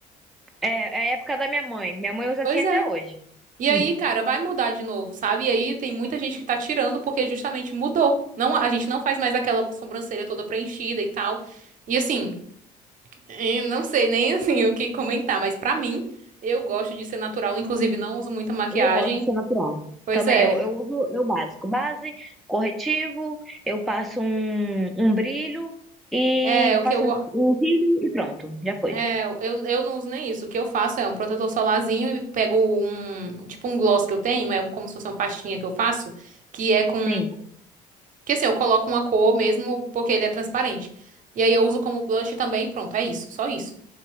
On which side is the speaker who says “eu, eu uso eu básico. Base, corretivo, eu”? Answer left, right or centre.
Centre